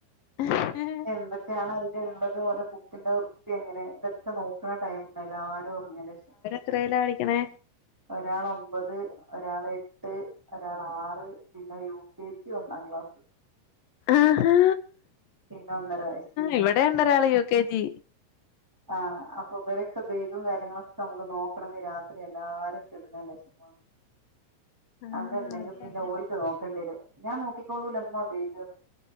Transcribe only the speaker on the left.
ഏ
ത്രെലാ പടിക്കണേ
ആഹാ
ഇവിടെണ്ടരാള് യു കെ ജി
ആഹ്
അതെ അതെ